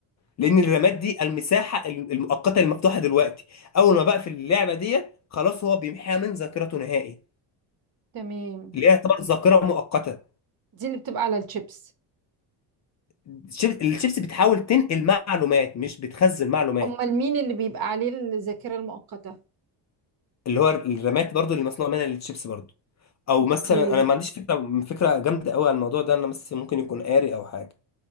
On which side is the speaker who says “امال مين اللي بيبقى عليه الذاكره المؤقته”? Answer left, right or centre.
Right